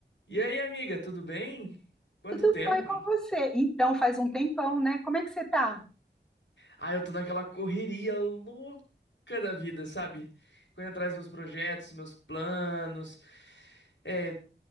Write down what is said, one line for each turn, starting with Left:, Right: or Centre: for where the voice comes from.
Left: E aí, amiga, tudo bem? Quanto
Centre: Tudo
Left: tempo?
Centre: bom e com você? Então, faz um tempão, né? Como é que você tá?
Left: Ah, eu tô naquela correria louca da vida, sabe? Correndo atrás dos meus projetos, meus planos. É,